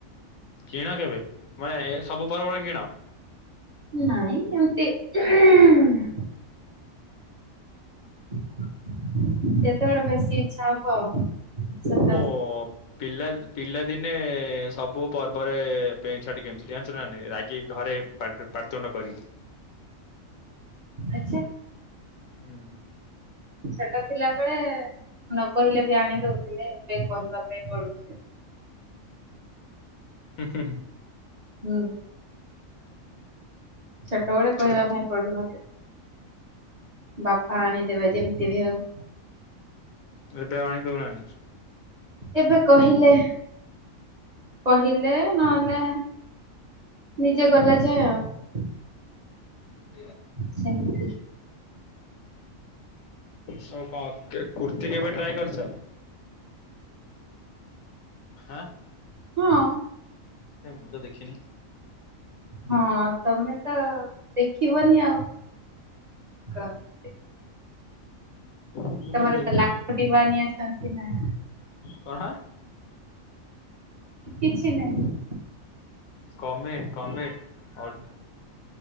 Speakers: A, on the left (about 80°); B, on the right (about 35°).
A: କିଣ କେବେ ମାନେ ଏ ସବୁ ପର୍ବରେ କିଣ।
B: ନାଇଁ ଏମତି <unintelligible> <inaudible> ଯେତେବେଳେ ବେଶୀ ଇଚ୍ଛା ହବ ଆଉ ସେତେ
A: ପ ପ ପିଲା ପିଲାଦିନେ ସବୁ ପର୍ବରେ ପ୍ୟାଣ୍ଟ ସାର୍ଟ କିଣିୁଥିଲି, ଜାଣିଛୁ ନା ନାହିଁ, ରାଗିକି ଘରେ ପା ପାଟି ତୁଣ୍ଡ କରିକି।
B: ଆଚ୍ଛା।
A: ହୁଁ।
B: ସେଟା ଥିଲାବେଳେ ନ କହିଲେ ବି ଆଣି ଦଉଥିଲେ, ଏବେ କହିବା ପାଇଁ ପଡୁ
A: ହୁଁ ହୁଁଁ
B: ହୁଁ ଛୋଟବେଳେ
A: ଛୋଟ
B: କହିବା ପାଇଁ ପଡୁନ ବାପା ଆଣି ଦେବେ ଯେମତି ବି ହଉ
A: ଏବେ ଆଉ ଆଣି ଦଉନାହାନ୍ତି?
B: ଏବେ କହିଲେ କହିଲେ ନହେଲେ ନିଜେ ଗଲେ ଯା ଆଉ।
A: <inaudible>
B: ସେମିତି
A: ହଉ କଣ କୁର୍ତ୍ତି କେବେ ଟ୍ରାଏ କରିଛ? ଆଁ
B: ହଁ
A: ମୁଁ ତ ଦେଖିନି।
B: ହଁ ତମେ ତ ଦେଖିବନି ଆଉ, କଣ
A: ମୁଁ
B: ତର
A: କେବେ ଦେଖିନି
B: ତ ଲା
A: କି?
B: ଦିବ ନିଆସ ନା <inaudible>
A: କଣ?
B: କିଛି ନାହିଁ।
A: କମଣ୍ଟ କମେଣ୍ଟ ଅଲ